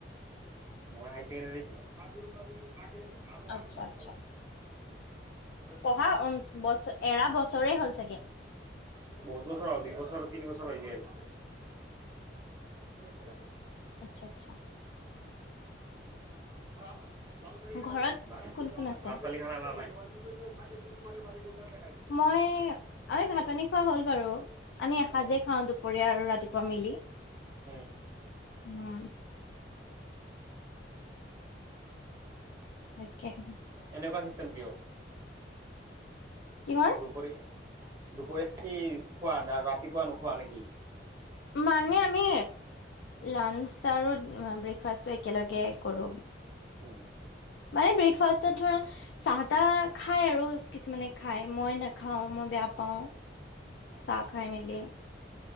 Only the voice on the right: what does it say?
মই হায় ছেকেন্দেৰি আগে আৰু
আগে আহিব
লাগে
বহুত বছৰ হ'ল দুই বছৰ তিনি বছৰ হৈ গল <unintelligible>
<unintelligible>
<unintelligible>
উম,
<unintelligible> <inaudible>
এনেকুৱা চিষ্টেম কিয়
দুপৰ দুপৰীয়া কি খোৱাা ৰাতিপুৱা নোখোৱা নেকি
উম
অ
কৰি